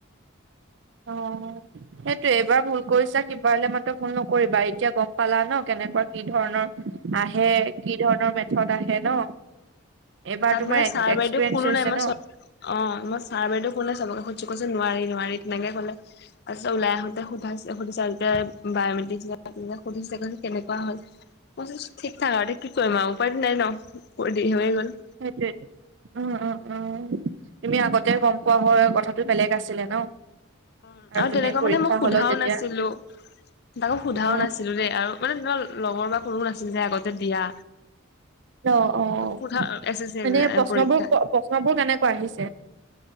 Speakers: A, on the right; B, on the left.
A: অ'। সেইটোয়ে এইবাৰ ভুল কৰিছা সিপাৰলে মাত্ৰ ভুল নকৰিবা এতিয়া গম পালা ন কেনেকুৱা আহে, কি ধৰণৰ আহে কি ধৰণৰ মেথড আহে ন? এইবাৰ
B: তাত
A: তোমাৰ
B: মানে ছাৰ
A: এক্সপিৰিয়েঞ্চ
B: বাইদেউ কোনো
A: হৈছে
B: নাই মই
A: ন
B: চব অ মই ছাৰ বাইদেউ <unintelligible> চবগকে সুধিছোঁ কৈছে নোৱাৰি নোৱাৰি তেনেকে ক'লে। তাৰপিছত ওলাই আহোতে সধা, সুধিছে যেতিয়া বায়মেট্ৰিক বিলাক আহিছে সুধিছে কেনেকুৱা হ'ল? মই কৈছোঁ, ঠিক ঠাক আৰু, কি কৰিম আৰু উপায় নাই ন হৈ গ'ল।
A: সেইটোৱে। উম, উম, উম, তুমি আগতে গম পোৱা হয় কথাটো বেলেগ আছিলে ন।
B: উম, আৰু
A: তুমি
B: তেনেকুৱা
A: পৰীক্ষা
B: মানে মই সোধাও
A: হলত যেতিয়া
B: নাছিলোঁ, তাকো সোধাও
A: অ
B: নাছিলোঁ দেই আৰু মানে ধৰা লগৰ বা কোনোও নাছিল যে আগতে যে দিয়া
A: অ', অ',
B: সোধা এছ এছ চি
A: মানে প্ৰশ্নবোৰ,
B: পৰীক্ষা
A: প্ৰশ্নবোৰ কেনেকুৱা আহিছে?